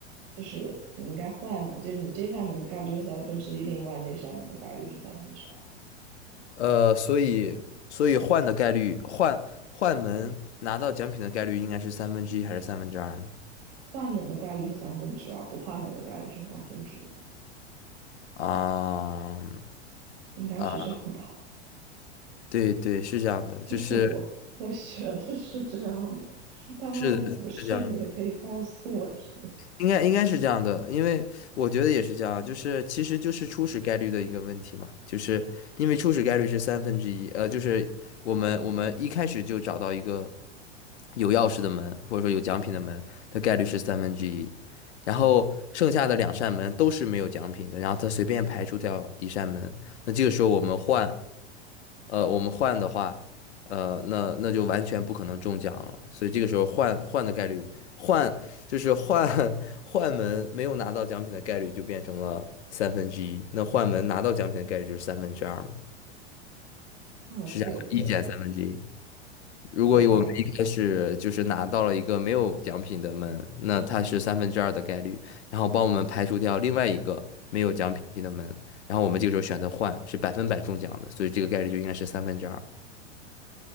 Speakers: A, on the right; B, on the left.
A: 就是你应该换嘛？就是你这扇门的概率是三分之一，另外那扇门的概率是三分之二。
B: 呃，所以，所以换的概率，换换门拿到奖品的概率应该是三分之一还是三分之二呢？
A: 换门的概率是三分之二，不换门的概率是三分之一，
B: 啊
A: 应该是这样吧？
B: 啊，对对，是这样的，
A: <laughs> 这是我我学的是这样的，
B: 就是
A: 但万一不是，
B: 是的是这样的。
A: 你也可以告诉我听
B: 应该应该是这样的，因为我觉得也是这样，就是其实就是初始概率的一个问题嘛，就是因为初始概率是三分之一，呃，就是我们我们一开始就找到一个有钥匙的门，或者说有奖品的门，它概率是三分之一，然后剩下的两扇门都是没有奖品的，然后它随便排除掉一扇门，那这个时候我们换。呃，我们换的话，呃，那那就完全不可能中奖了。所以这个时候换换的概率，换就是换 <laughs> 换门没有拿到奖品的概率就变成了三分之一。那换门拿到奖品的概率就是三分之二嘛，
A: 啊。
B: 是这样，
A: 对对
B: 一减三分之一。如果我们一开始就是拿到了一个没有奖品的门，
A: 对，大
B: 那它是三分之二的概率，然后帮我们排除掉另外一个没有奖品的门，然后我们这个时候选择换是百分百中奖的，所以这个概率就应该是三分之二。